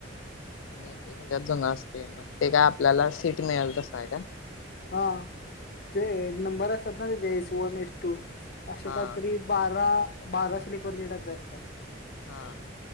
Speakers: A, on the left (about 85°); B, on the left (about 55°).
A: आणि <unintelligible> असतय म ते काय आपल्याला सीट मिळेल तसं आहे काय
B: हा जे <unintelligible> नंबर असतात ना त्याचे एस वन, एस टू असे
A: हा
B: काहीतरी बारा बारा स्लीपर चे डब्बे असतात.
A: हा.